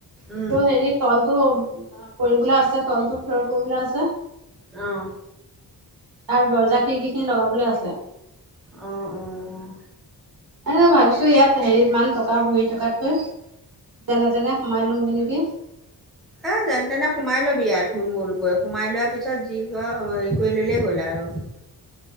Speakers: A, in the centre; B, on the right.
A: উম
B: কিন্তু হেৰিত তলটো কৰিবলে আছে, তলটো ফ্ল'ৰ কৰিবলে আছে।
A: অ'।
B: আৰু দৰ্জা খিৰিকী খিনি লগাবলে আছে।
A: অ', অ'।
B: এ ভাবিছো ইয়াত হেৰি ইমান টকা ভৰি থকাতকৈ, যেনে তেনে সোমাই ল'ম গে নেকি?
A: এ যেন তেনে সোমাই লবি আৰু থূল মূলকৈ, সোমাই লোৱাৰ পিছত যি কৰ হেৰি কৰি ল'লেই হ'ল আৰু।